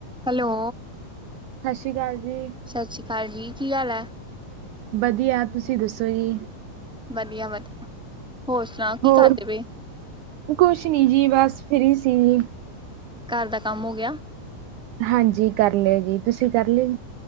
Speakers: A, in the centre; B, on the right.
A: Hello!
B: ਸਤਿ ਸ਼੍ਰੀ ਅਕਾਲ ਜੀ।
A: ਸਤਿ ਸ਼੍ਰੀ ਅਕਾਲ ਜੀ! ਕੀ ਹਾਲ ਏ?
B: ਵਧੀਆ, ਤੁਸੀਂ ਦੱਸੋ ਜੀ?
A: ਵਧੀਆ ਵਧੀਆ, ਹੋਰ ਸੁਣਾਓ, ਕੀ
B: ਹੋਰ
A: ਕਰਦੇ ਪਏ?
B: ਕੁਛ ਨੀ ਜੀ ਬਸ ਫਰੀ ਸੀਗੀ।
A: ਘਰ ਦਾ ਕੰਮ ਹੋ ਗਿਆ।
B: ਹਾਂਜੀ ਕਰ ਲਿਆ ਜੀ, ਤੁਸੀਂ ਕਰ ਲਿਆ?